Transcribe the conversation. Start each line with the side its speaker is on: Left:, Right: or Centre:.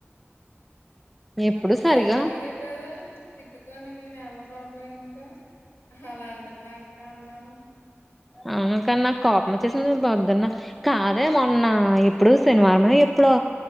Centre: ఎప్పుడు
Left: అప్పుడు
Centre: సరిగా
Left: నేను అలాగే కదా తిట్టుకోని నేను ఎల్ల బాబాయి ఇంకా అలా అంటుందా అక్క అన్నాను.
Centre: అనుకన్న కోపం వోచ్చేసింది పోద్దున్న కాదే మొన్న ఇప్పుడు శనివారమే ఎప్పుడో